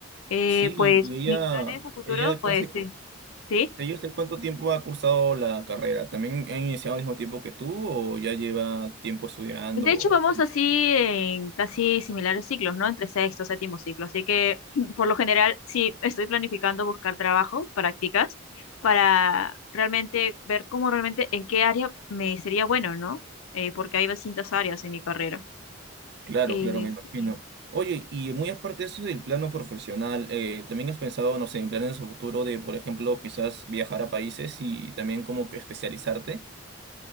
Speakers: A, on the left; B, on the right.
A: Eh,
B: Sí, y,
A: pues
B: y
A: mis
B: ella,
A: planes a futuro,
B: ella,
A: pues
B: ¿cu- hace
A: sí,
B: cu-
A: ¿Sí?
B: ella hace cuánto tiempo ha cursado la carrera? ¿También ha iniciado al mismo tiempo que tú o ya lleva tiempo estudiando?
A: De hecho, vamos así en casi similares ciclos, ¿no? Entre sexto, séptimo ciclo. Así que, <clears throat> por lo general, sí estoy planificando buscar trabajo, prácticas, para realmente ver cómo realmente, en qué área me sería bueno, ¿no? Eh, porque hay distintas áreas en mi carrera.
B: Claro,
A: Eh,
B: claro, me imagino.
A: sí.
B: Oye, y muy aparte de eso del plano profesional, eh, ¿también has pensado, no sé, en planes a futuro de, por ejemplo, quizás viajar a países y también como que especializarte?